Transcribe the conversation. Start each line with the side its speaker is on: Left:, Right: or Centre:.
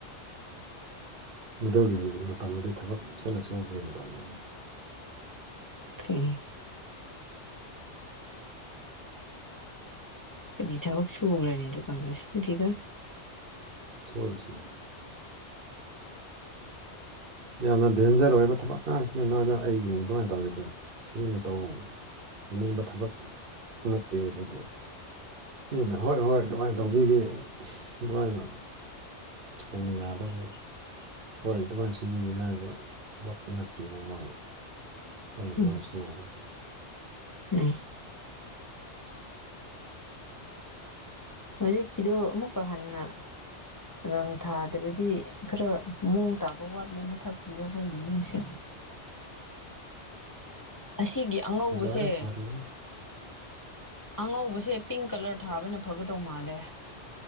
Right: ꯑꯗꯨꯒꯤ ꯃꯇꯝꯗꯤ ꯊꯕꯛ ꯆꯠꯂꯁꯨ ꯁꯨꯕꯒꯤ ꯃꯇꯝꯅꯤꯅꯦ
Left: ꯀꯔꯤ ꯀꯔꯤ ꯊꯥꯕꯛ ꯁꯨꯕ꯭ꯔꯥꯅꯦ ꯑꯗꯨꯀꯥꯟꯗ ꯁꯨꯨꯗꯦꯗ
Right: ꯁꯣꯁꯤ <unintelligible> ꯌꯥꯝꯅ ꯗꯦꯟꯖꯔ ꯑꯣꯏꯕ ꯊꯕꯛ ꯉꯥꯛꯇꯅꯦ ꯅꯣꯏꯅ ꯑꯩꯒꯤ ꯀꯃꯥꯏꯅ ꯇꯧꯔꯤꯗꯣ ꯃꯤꯅ ꯇꯧ ꯊꯝꯅꯤꯡꯕ ꯊꯕꯛ ꯅꯠꯇꯦ ꯑꯗꯨꯗꯨ ꯃꯤꯅ ꯍꯣꯏ ꯍꯣꯏ ꯑꯗꯨꯃꯥꯏꯅ ꯇꯧꯕꯤꯒꯦ ꯑꯗꯨꯃꯥꯏꯅ ꯊꯨꯅ ꯌꯥꯗꯕ ꯍꯣꯏ ꯑꯗꯨꯃꯥꯏ ꯁꯨꯕꯤ ꯍꯥꯏꯕ ꯊꯕꯛ ꯅꯠꯇꯦꯕ ꯃꯣꯏ ꯑꯩꯅ
Left: ꯎꯝ
Right: ꯂꯣꯏ ꯁꯨꯕꯅꯦ
Left: ꯎꯝ
Right: <inaudible>
Left: ꯍꯧꯖꯤꯛꯀꯤꯗꯣ ꯑꯃꯨꯛꯀ ꯍꯟꯅ ꯔꯪ ꯊꯥꯗ꯭ꯔꯗꯤ ꯈꯔ ꯃꯑꯣꯡ ꯇꯥꯕ ꯋꯥꯥꯠꯂꯦ ꯃꯊꯛꯀꯤꯗꯣ ꯑꯩꯈꯣꯏꯒꯤ ꯌꯨꯝꯁꯦ ꯑꯁꯤꯒꯤ ꯑꯉꯧꯕꯁꯦ
Right: ꯌꯥꯔꯦ ꯊꯥꯔꯛꯑꯣ
Left: ꯑꯉꯧꯕꯁꯦ ꯄꯤꯡ ꯀꯥꯂ꯭ꯔ ꯊꯥꯕꯅ ꯐꯒꯗꯧ ꯃꯥꯜꯂꯦ